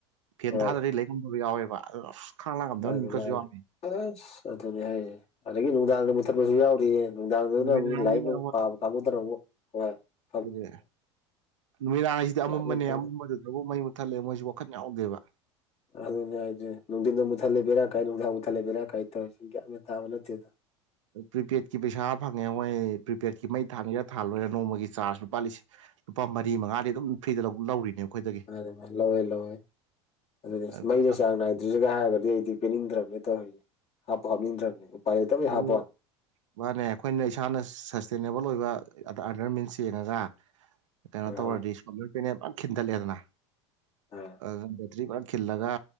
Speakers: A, on the right; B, on the left.
A: ꯐꯦꯟ
B: ꯍꯣꯏ
A: ꯊꯥꯗꯗꯤ ꯂꯩꯉꯝꯗꯕ ꯌꯥꯎꯋꯦꯕ ꯑꯗꯨ ꯈꯥꯡꯂꯥꯡ ꯉꯝꯗꯕ
B: ꯑꯗꯨꯃ
A: ꯅꯨꯃꯤꯠꯀꯁꯨ ꯌꯥꯎꯋꯦ
B: ꯑꯁ ꯑꯗꯨꯅꯤ ꯍꯥꯏꯌꯦ ꯑꯗꯒꯤ ꯅꯨꯡꯗꯥꯡꯗ ꯃꯨꯊꯠꯄꯁꯨ ꯌꯥꯎꯔꯤꯌꯦ ꯅꯨꯡꯗꯥꯅ
A: ꯅꯨꯃꯤꯗꯥꯡꯁꯤꯅ
B: ꯃꯥ ꯂꯥꯏꯔꯤꯛ ꯅꯨꯡ ꯄꯥꯕ ꯀꯃꯗꯔ ꯍ
A: ꯑꯗꯨꯅꯦ ꯅꯨꯃꯤꯗꯥꯡ ꯍꯥꯏꯁꯤꯗꯤ ꯑꯃꯝꯕꯅꯦ
B: ꯒ꯭ꯌꯥꯟ ꯃꯦꯟ ꯇꯥꯗꯦ
A: ꯑꯃꯝꯕꯗꯨꯗꯐꯥꯎꯛ ꯃꯩ ꯃꯨꯠꯊꯠꯂꯦ ꯃꯣꯏꯁꯨ ꯋꯥꯈꯟ ꯌꯥꯎꯍꯧꯗꯦꯕ
B: ꯑꯗꯨꯅꯦ ꯍꯥꯏꯁꯦ ꯅꯨꯡꯊꯤꯟꯗ ꯃꯨꯊꯠꯂꯦ ꯕꯤꯔꯥ ꯀꯥꯏ ꯅꯨꯡꯗꯥꯡ ꯃꯨꯊꯠ ꯂꯦꯕꯤꯔꯥ ꯀꯥꯏ ꯇꯧꯁꯤꯡ ꯀꯌꯥꯅ ꯇꯥꯕ ꯅꯠꯇꯦꯗꯅ
A: ꯄ꯭ꯔꯤꯄꯦꯗꯀꯤ ꯄꯩꯁꯥ ꯐꯪꯉꯦ ꯍꯣꯏ ꯄ꯭ꯔꯤꯄꯦꯗꯀꯤ ꯃꯩ ꯊꯥꯡꯉꯔꯥ ꯊꯥꯜꯂꯣꯏꯔꯥ ꯅꯣꯡꯃꯒꯤ ꯆꯥꯔꯖ ꯂꯨꯄꯥ ꯂꯤꯁꯤꯡ ꯂꯨꯄꯥ ꯃꯔꯤ ꯃꯉꯥꯗꯤ ꯑꯗꯨꯝ ꯐ꯭ꯔꯤꯗ ꯂꯧ ꯂꯧꯔꯤꯅꯦ ꯑꯩꯈꯣꯏꯗꯒꯤ
B: ꯃꯥꯅꯤ ꯃꯥ ꯂꯧꯋꯦ ꯂꯧꯋꯦ ꯑꯗꯨꯗꯤ ꯃꯩꯅ
A: ꯄꯩꯁꯥ
B: ꯆꯥꯡ ꯅꯥꯏꯦ ꯑꯗꯨꯁꯤꯒ ꯍꯥꯏꯔꯒꯗꯤ ꯑꯩꯗꯤ ꯄꯤꯅꯤꯡꯗ꯭ꯔꯕꯅꯦ ꯇꯧꯔꯤꯁꯦ ꯍꯥꯞꯄꯣ ꯍꯥꯞꯅꯤꯡꯗ꯭ꯔꯕꯅꯤ ꯎꯄꯥꯏ ꯂꯩꯇꯕꯩ
A: ꯑꯗꯨ
B: ꯍꯥꯄꯣꯅꯤ
A: ꯃꯥꯅꯦ ꯑꯩꯈꯣꯏꯅ ꯏꯁꯥꯅ ꯁꯁꯇꯦꯅꯦꯕꯜ ꯑꯣꯏꯕ ꯑꯔꯗꯔꯃꯤꯟꯁ ꯌꯦꯡꯉꯒ ꯀꯩꯅꯣ
B: ꯍꯣꯏ
A: ꯇꯧꯔꯗꯤ
B: ꯍꯣꯏ
A: ꯁꯣꯂꯔ ꯄꯦꯅꯦ ꯈꯤꯟꯗꯠꯂꯦꯗꯅ
B: ꯑꯥ
A: ꯑꯗꯨ ꯇ꯭ꯔꯤꯞꯂ ꯈꯤꯜꯂꯒ